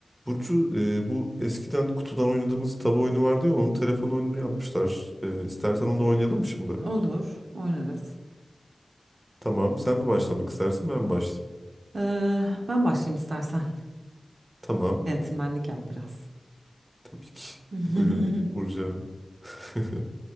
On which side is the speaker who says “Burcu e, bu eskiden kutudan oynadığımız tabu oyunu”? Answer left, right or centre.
Right